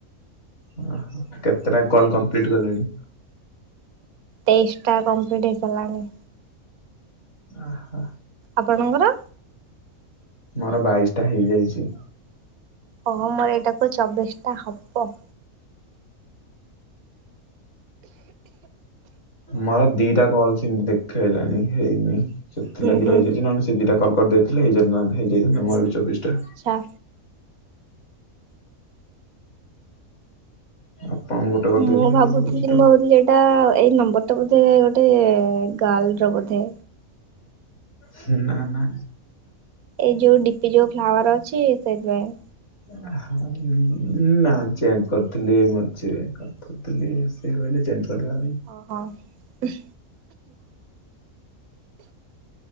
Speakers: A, on the left (about 55°); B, on the right (about 80°).
A: ଓହ କେତେଟା କଲ କମ୍ପ୍ଲିଟ କଲେଣି?
B: ତେଇଶଟା କମ୍ପ୍ଲିଟ୍ ହେଇଗଲାଣି।
A: ଓହୋ।
B: ଆପଣଙ୍କର?
A: ମୋର ବାଇଶଟା ହେଇଯାଇଛି।
B: ଓହ ମୋର ଏଇଟାକୁ ଚବିଶ ଟା ହବ।
A: ମୋର ଦିଟା କଲ ସିମିତି ଦେ ଖେଇଲାଣି ହେଇନି ସେଥିଲାଗି
B: ହୁଁ ହୁଁ।
A: ରହିଯାଇଛି ନହେଲେ ସେ ଦିଟା କଲ୍ କରିଦେଇଥିଲେ ହେଇଯାଇନ୍ତା ହେଇଯାଇଥାନ୍ତା ମର ବି ଚବିଶଟା।
B: ଆଛା।
A: ଆପଣଙ୍କୁ ଗୋଟେ କରିଦେଇଥିଲେ
B: ମୁଁ
A: ହେଇଯାଇଥାନ୍ତା
B: ଭାବୁଥିଲି
A: ପଚିଶଟା ଆଉ।
B: ମୋର ଲେଟ। ଏଟା ଏଇ ନମ୍ବର ଟା ବୋଧେ ଗୋଟେ ଗାର୍ଲର ବୋଧେ?
A: ହୁଁ ନା ନା।
B: ଏଇ ଯୋଉ ଡିପି ଯୋଉ ଫ୍ଲାୱାର ଅଛି ସେଇଥିପାଇଁ।
A: ନା ଚେଞ୍ଜ କରିଥିଲି ଏଇ ମଝିରେ ଏକା ଲି ସେ କହିଲେ ଚେଞ୍ଜ କରିବା ପାଇଁ
B: ଓହୋ ହଁ